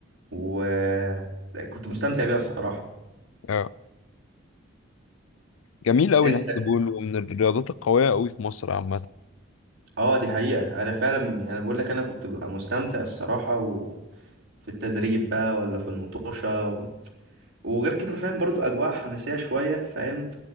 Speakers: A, on the right; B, on the left.
A: وكنت مستمتع بيها الصراحه
B: اه جميل قوي
A: انت
B: الهاند بول ومن الرياضات القويه قوي في مصر عامه
A: اه دي حقيقة انا فعلا يعني انا بقول لك انا كنت ببقى مستمتع الصراحة و... في التدريب بقى ولا في المطوشة و... وغير كده فاهم برضو أجواء حماسية شوية فاهم